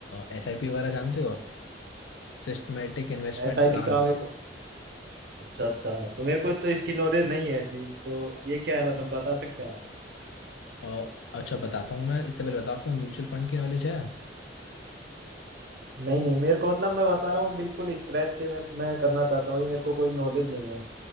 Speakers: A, on the left (about 80°); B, on the right (about 55°).
A: एस आई पी वगैरह जानते हो आप Systematic investment
B: एस आई
A: plan
B: पी का मेरे को अच्छा अच्छा तो मेरे को तो इसकी नॉलेज नहीं है ऐसी तो ये क्या है मतलब बता सकते हैं आप
A: और अच्छा बताता हूँ मैं इससे पहले बताओ आपको म्यूचुअल फंड की नॉलेज है
B: नहीं नहीं मेरे को मतलब मैं बता रहा हूँ बिल्कुल स्क्रैच से मेरे, मैं करना चाहता हूँ अभी मेरे को कोई नॉलेज नहीं है